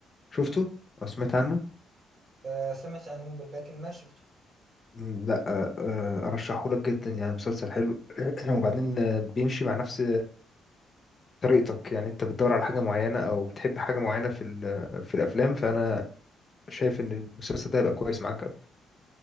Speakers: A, on the left; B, on the right.
A: شفته او سمعت عنه
B: آه، سمعت عنه بل لكن ما شفته
A: مم، لا آه، آه، ارشحه لك جدا يعني مسلسل حلو <clears throat> وبعدين آه، بيمشي مع نفس طريقتك يعني انت بتدور على حاجة معينة او بتحب حاجة معينة في ال- في الافلام فانا شايف ان المسلسل ده هيبقى كويس معاك أوي.